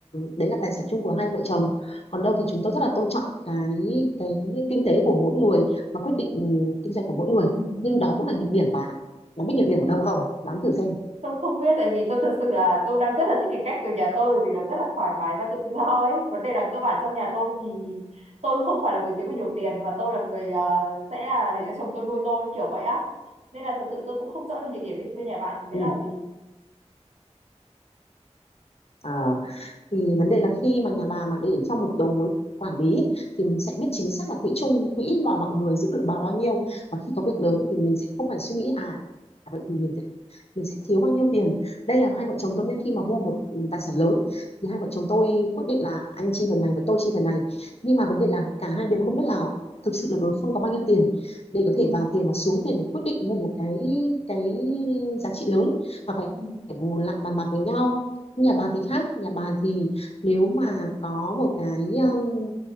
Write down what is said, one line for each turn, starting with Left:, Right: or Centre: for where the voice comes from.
Left: đấy là tài sản chung của hai vợ chồng còn đâu thì chúng tôi rất là tôn trọng cái cái kinh tế của mỗi người mà quyết định ừ, kinh doanh của mỗi người
Right: ừ
Left: nhưng đó cũng là nhược điểm bạn bạn biết
Right: ừ.
Left: nhược điểm của đâu không đoán thử xem
Right: tôi không biết tại vì tôi thực sự là tôi đang rất là thích cái cách ở nhà tôi bởi vì nó rất là thoải mái và tự do ấy vấn đề là cơ bản trong nhà tôi thì tôi không phải là người kiếm được nhiều tiền và tôi là người ờ, sẽ là để cho chồng tôi nuôi tôi kiểu vậy á nên là thật sự tôi cũng không rõ được nhược điểm bên bên nhà bạn thì sẽ
Left: Ừ.
Right: là gì
Left: Ờ, thì vấn đề là khi mà nhà bà mà để trong một đầu mối quản lý ấy, thì mình sẽ biết chính xác là quỹ chung quỹ mà mọi người giữ được bao bao nhiêu và khi có việc lớn ấy, thì mình sẽ không phải suy nghĩ à vậy thì mình sẽ mình sẽ thiếu bao nhiêu tiền đây là hai vợ chồng tôi nhé khi mà mua một ừ, tài sản lớn thì hai vợ chồng tôi quyết định là anh chi phần này và tôi chi phần này nhưng mà vấn đề là cả hai đều không biết là thực sự là đối phương có bao nhiêu tiền để
Right: ừ.
Left: có thể vào tiền và xuống tiền để quyết định mua một cái cái giá trị lớn mà phải
Right: Ừ.
Left: phải ngồi lại bàn bạc với nhau nhà
Right: Ừ.
Left: bà thì khác nhà bà thì nếu mà có một cái um,